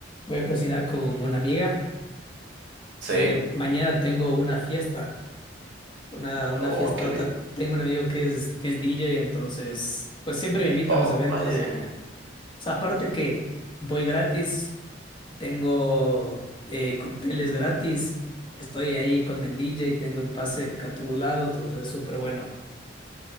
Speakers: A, on the left; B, on the right.
A: voy a cocinar con una amiga.
B: sí.
A: Em, mañana tengo una fiesta. Una, una
B: Oh,
A: fiestota.
B: qué bien.
A: Tengo un amigo que es, que es DJ, entonces, pues siempre me invita
B: Oh,
A: a los eventos
B: oye,
A: y, o sea, aparte que voy gratis, tengo eh, cócteles gratis, estoy ahí con el DJ, tengo el pase a todo lado, entonces es súper bueno.